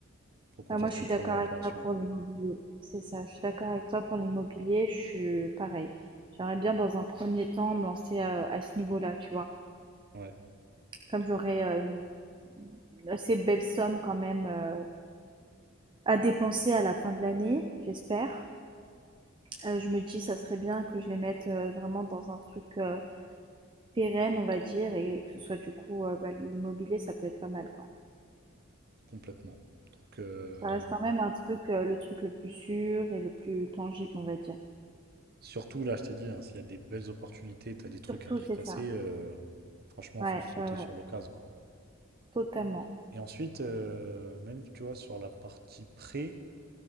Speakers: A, on the right; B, on the right.
A: faut qu'on
B: Bah,
A: fasse
B: moi, je suis
A: notre
B: d'accord
A: première opération.
B: avec toi pour l'immobilier. C'est ça, je suis d'accord avec toi pour l'immobilier, je suis pareil. J'aimerais bien dans un premier temps me lancer, heu, à ce niveau-là, tu vois?
A: Ouais,
B: Comme j'aurais, heu, une une assez belle somme quand même, heu, à dépenser à la fin de l'année, j'espère. Heu, je me dis ça serait bien que je les mette, heu, vraiment dans un truc, euh, Pérenne, on va dire, et que ce soit du coup, heu, bah, l'immobilier, ça peut être pas mal, quoi.
A: complètement. Donc, euh,
B: Ça reste quand même un truc, heu, le truc le plus sûr et le plus tangible, on va dire.
A: Surtout là, je t'ai dit, hein, s'il y a des belles opportunités, t'as des trucs
B: Surtout,
A: à prix
B: c'est
A: cassé,
B: ça.
A: euh, franchement,
B: Ouais,
A: faut sauter
B: ouais, ouais,
A: sur l'occasion, quoi.
B: totalement.
A: Et ensuite, euh, même, tu vois, sur la partie prêt,